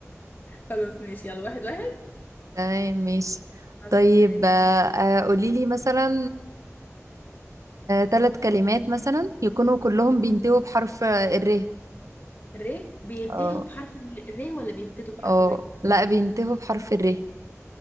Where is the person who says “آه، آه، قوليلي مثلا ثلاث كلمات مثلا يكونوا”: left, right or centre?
Right